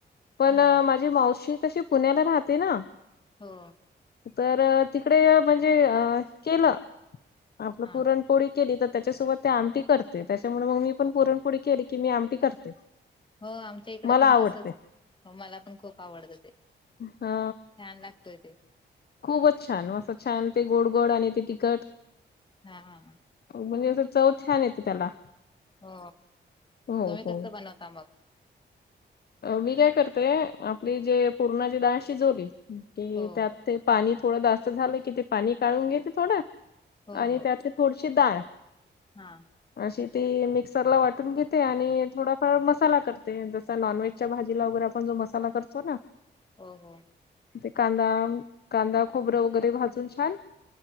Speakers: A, on the left; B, on the left.
A: पण
B: हा
A: मा मावशी तशी पुण्याला राहते ना.
B: हो.
A: तर तिकडे म्हणजे अ केलं, आपलं
B: हा
A: पुरणपोळी. केली तर त्याच्यासोबत ते आमटी करते, त्याच्यामुळे मग मी पण पुरणपोरी केली की मी आमटी करते.
B: हो आमच्या इकड
A: मला
B: पण
A: आवडते
B: तसच, हो मला पण खूप आवडतं ते.
A: हा.
B: छान लागतोय ते.
A: खूपच छान, मस्त छान ते गोड-गोड आणि ते तिकट.
B: हा, हा, हा.
A: म्हणजे असं चव छान येतं त्याला.
B: हो
A: हो
B: तुम्ही
A: हो
B: कस बनवता मग.
A: मी काय करते, आपली ते पूर्णाची डाळ शिजवली की
B: हो
A: त्यात ते. पाणी थोडं जास्त झालं की, ते पाणी काढून घेते थोडं
B: हो
A: आणि
B: हो
A: त्यातली थोडीशी डाळ.
B: हा.
A: अशी ती मिक्सरला वाटून घेते, आणि थोडाफार मसाला करते. नॉन व्हेजच्या भाजीला वगैरे आपण जो मसाला करतो ना.
B: हो हो.
A: ते कांदा-कांदा खोबरं वगैरे भाजून छान